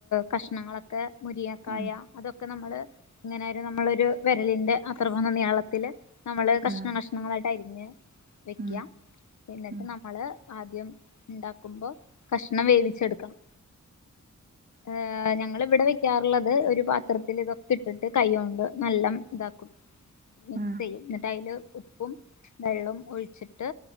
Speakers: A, on the left; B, on the right.
A: കഷ്ണങ്ങളൊക്കെ ക്കെ മുരിങ്ങക്കായ
B: ഉം
A: അതൊക്കെ നമ്മള് ഇങ്ങനെ ഒരു നമ്മളൊരു വിരലിന്റെ അത്ര പോന്ന നീളത്തില് നമ്മള് കഷ്ണം കഷ്ണം
B: ആഹ്
A: കഷ്ണങ്ങളായിട്ട് അരിഞ്ഞ് വയ്ക്കുക
B: ഉം
A: എന്നിട്ട്
B: ഉം
A: നമ്മള് ആദ്യം ഉണ്ടാക്കുമ്പോ കഷ്ണം വേവിച്ചെടുക്കണം. ഏഹ് ഞങ്ങള് ഇവിടെ വെക്കാറുള്ളത് ഒരു പാത്രത്തില് ഇതൊക്കെ ഇട്ടിട്ട് കൈ കൊണ്ട് നല്ലണം ഇതാക്കും <unintelligible> മിക്സ്
B: ആഹ്
A: ചെയ്യും. എന്നിട്ട് അതിൽ ഉപ്പും വെള്ളവും ഒഴിച്ചിട്ട്